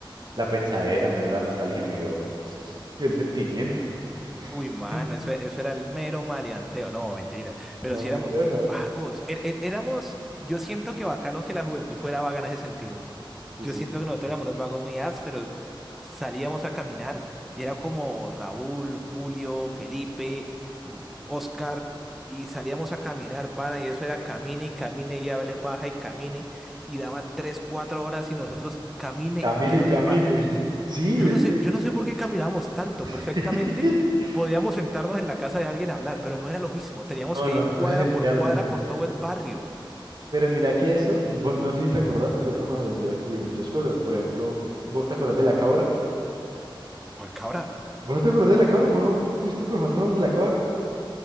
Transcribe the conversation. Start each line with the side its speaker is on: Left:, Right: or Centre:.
Right: la pensadera, me dio la nostalgia, me dio el sentimiento.
Centre: Uy, mano,
Right: <laughs>
Centre: eso, eso era el mero maleanteo. No, mentiras. Pero
Right: No,
Centre: sí éramos
Right: mentira,
Centre: muy
Right: no.
Centre: vagos. Er- er- éramos, yo siento que bacano que la juventud fuera vaga en ese sentido.
Right: Sí,
Centre: Yo
Right: sí.
Centre: siento que nosotros éramos unos vagos muy ásperos. Salíamos a caminar y era como Raúl, Julio, Felipe, mm, Oscar. Y salíamos a caminar, pana, y eso era camine y camine y hable paja y camine. Y daban tres, cuatro horas y nosotros camine
Right: Camine
Centre: y hable
Right: y camine.
Centre: paja.
Right: <laughs> Sí,
Centre: Yo
Right: es
Centre: no sé,
Right: que...
Centre: yo no sé por qué caminamos tanto.
Right: <laughs>
Centre: Perfectamente podíamos sentarnos en la casa de alguien a hablar, pero no era lo mismo. Teníamos
Right: No,
Centre: que
Right: no,
Centre: ir
Right: <laughs> no
Centre: cuadra
Right: sentía
Centre: por cuadra
Right: lo mismo.
Centre: por todo el barrio.
Right: Pero mira que eso, mm, bueno, no sé si te acordás, pero eso nos ayudó a descubrir muchas cosas. Por ejemplo, ¿vos te acordás de la cabra?
Centre: ¿Cuál cabra?
Right: ¿Vos no te acordás de la cabra? ¿Vos no fuiste con nosotros donde la cabra?